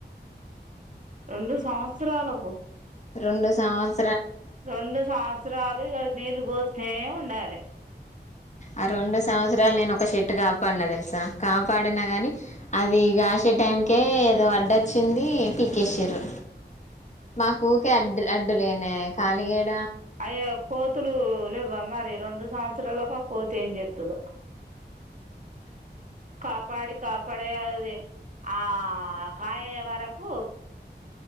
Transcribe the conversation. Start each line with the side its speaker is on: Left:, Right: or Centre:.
Right: రెండు సంవత్సరాల పో
Left: రెండు సంవత్స
Right: రెండు సంవత్సరాలు ఇగ నీళ్ళ పోతే ఉన్ టాలే
Left: ఆ రెండు సంవత్సరాలు నేను ఒక షేట్టు కాపాడినా తెలుసా కాపాడినా గాని అది గాసే టైంకే ఏదో అడ్డు వచ్చింది పీకేసిర్రు మాకు ఊకే అడ్డు అడ్డులేనే కాలిగ ఏడ్
Right: అయ్యో కోతులు లేవ్వ మరి రెండు సంవత్సరాలు కో కోతి ఏం జేతదో కాపాడి కాప్ పడేఅది ఆ కాయ వరకు